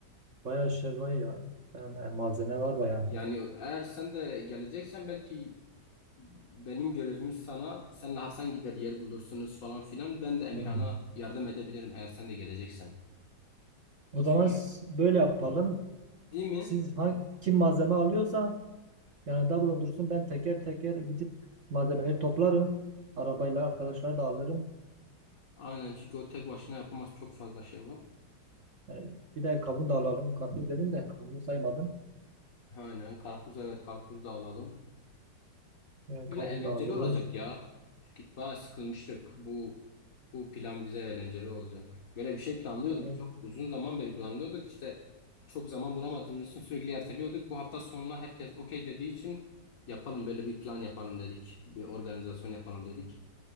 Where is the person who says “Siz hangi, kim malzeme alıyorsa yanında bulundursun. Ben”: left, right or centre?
Right